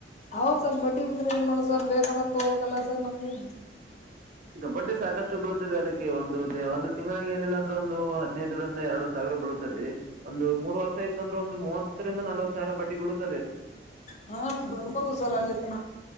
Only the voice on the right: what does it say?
ಕಬಡ್ಡಿ ಸಾಕಷ್ಟು ಬೀಳತದೆ ಅದಕ್ಕೆ ಒಂದು ಒಂದು ತಿಂಗಳಿಗೆ ಏನಿಲ್ಲ ಅಂದ್ರೆ ಒಂದು ಹದಿನ್ಯೆದರಿಂದ ಎರಡು ಸಾವಿರ ಬೀಳುತ್ತದೆ ಒಂದು ಮೂರು ವರ್ಷ ಇತ್ತು ಅಂದ್ರೆ ಒಂದು ಮೂವತ್ತರಿಂದ ನಲ್ವತ್ ಸಾವಿರ ಬಟ್ಟಿ ಬಳುತ್ತ